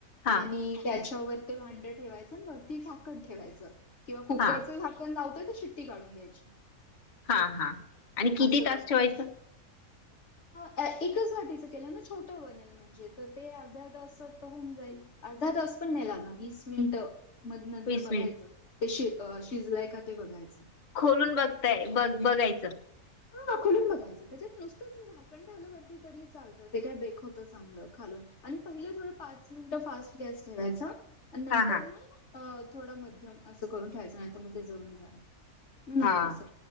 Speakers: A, on the left; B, on the left.
A: हा
B: आणि त्याच्यावर ते भांड ठेवायचं वरती झाकण ठेवायचं किंवा कुकरचं
A: हा
B: झाक कन लावतोय तर शिट्टी काढून घ्यायची.
A: हा हा आणि किती
B: असं करू
A: तास ठेवायचं?
B: शकतो. अ एकच वाटीच केलं ना छोटं बनेल. म्हणजे तर ते अर्ध्या तासात होऊन जाईल अर्धा तास पण नाय लागणार वीस मिनिटं. म नंतर
A: वीस
B: बघायचं
A: मिनिट
B: ते शि -शिजलंय का ते बघायचं.
A: खोलून बघताय बघ- बघायचं?
B: हा खोलून बघायचं त्याच्यात नुसतं असं झाकण वरती ठेवलंती तरी चा चालत ते काय बेक होत चांगलं खालून आणि पहिलं थोडं पाच मिनट फास्ट गॅस ठेवायचा. आणि नंतर
A: हा हा
B: म अ थोडा मध्यम असं करून ठेवायचं नायतर म ते जळून जात. ना
A: हा
B: असं.